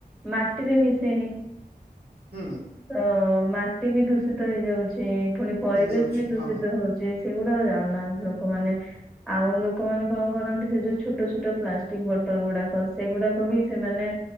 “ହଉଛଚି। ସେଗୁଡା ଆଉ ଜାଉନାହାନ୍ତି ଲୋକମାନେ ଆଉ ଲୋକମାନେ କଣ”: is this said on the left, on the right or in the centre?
Centre